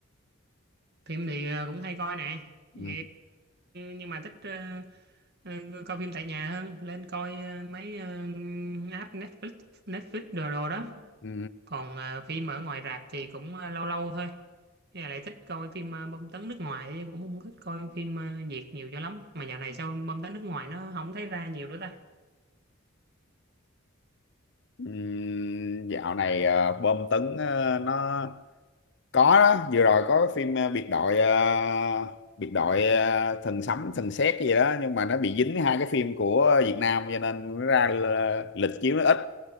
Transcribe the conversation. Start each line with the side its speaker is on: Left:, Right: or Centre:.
Right: phim thì ờ, cũng hay coi nè
Left: ừ,
Right: Ừ, nhưng mà thích ờ, ờ, coi phim tại nhà hơn lên coi ờ, mấy ờ, app Netflix Netflix đồ đồ đó
Left: ừ,
Right: còn ờ, phim ở ngoài rạp thì cũng ờ, lâu lâu thôi Với lại thích coi phim ờ, bom tấn nước ngoài chứ cũng không thích coi phim ờ, Việt nhiều cho lắm mà dạo này sao bom tấn nước ngoài nó không thấy ra nhiều nữa ta
Left: ừ, dạo này ờ, bom tấn ờ, nó có đó. vừa rồi có phim ờ, biệt đội ờ, biệt đội ờ, thần sấm thần sét gì đó nhưng mà nó bị dính hai cái phim của Việt Nam cho nên nó ra ờ, lịch chiếu nó ít